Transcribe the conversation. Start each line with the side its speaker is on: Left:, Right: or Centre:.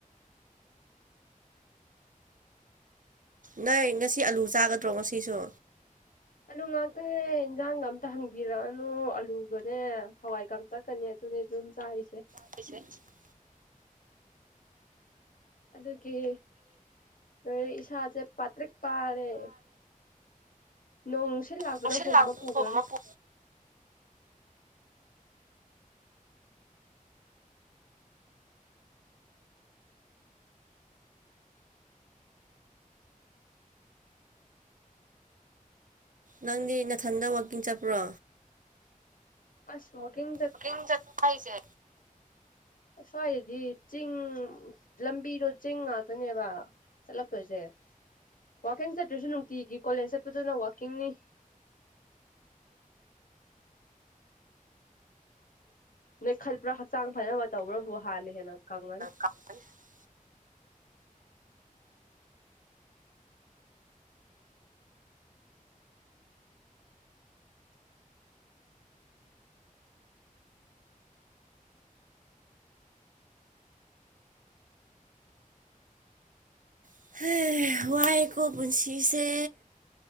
Right: ꯅꯣꯏ ꯉꯁꯤ ꯑꯂꯨ ꯆꯥꯒꯗ꯭ꯔꯣ ꯉꯁꯤꯁꯨ
Left: ꯑꯥꯂꯨ ꯉꯥꯛꯇꯅꯦ ꯏꯟꯖꯥꯡꯒ ꯑꯝꯇ ꯍꯪꯕꯤꯔꯛꯑꯅꯨ ꯑꯥꯂꯨꯒꯅꯦ ꯍꯋꯥꯏ ꯀꯥꯛꯇꯛ ꯀꯅꯦ ꯑꯗꯨꯅꯤ ꯑꯗꯨꯝ ꯆꯥꯏꯁꯦ
Right: <unintelligible>
Left: ꯑꯗꯨꯒꯤ ꯂꯣꯏꯔꯦ ꯏꯁꯥꯁꯦ ꯄꯥꯇ꯭ꯔꯤꯛ ꯄꯥꯔꯦ ꯅꯣꯡꯁꯤꯜ ꯂꯥꯛꯄꯗ
Right: ꯅꯨꯡꯁꯤꯠ
Left: ꯍꯣꯝꯃ
Right: ꯂꯥꯛꯄ
Left: ꯄꯨꯈ꯭ꯔꯅꯤ
Right: ꯃꯄꯨ ꯅꯪꯗꯤ ꯅꯥꯊꯟꯗ ꯋꯥꯛꯀꯤꯡ ꯆꯠꯄ꯭ꯔꯣ
Left: ꯑꯁ ꯋꯥꯀꯤꯡ
Right: <unintelligible> ꯆꯠꯄ ꯍꯥꯏꯁꯦ
Left: ꯑꯁ꯭ꯋꯥꯏꯗꯤ ꯆꯤꯡ ꯂꯝꯕꯤꯗꯣ ꯆꯤꯡ ꯉꯥꯛꯇꯅꯦꯕ ꯆꯠꯂꯛꯇꯣꯏꯁꯦ ꯋꯥꯛꯀꯤꯡ ꯆꯠꯇ꯭ꯔꯁꯨ ꯅꯨꯡꯇꯤꯒꯤ ꯀꯣꯂꯦꯖ ꯆꯠꯄꯗꯨꯅ ꯋꯥꯛꯀꯤꯡꯅꯤ ꯅꯣꯏ ꯈꯠꯄ꯭ꯔꯥ ꯍꯛꯆꯥꯡ ꯐꯖꯅꯕ ꯇꯧꯕ꯭ꯔꯕꯨ ꯍꯥꯟꯅ ꯍꯦꯟꯅ ꯀꯪꯉꯅꯤ
Right: <unintelligible> ꯀꯥꯟꯅꯩ꯫ ꯋꯥꯏꯀꯣ ꯄꯨꯟꯁꯤꯁꯦ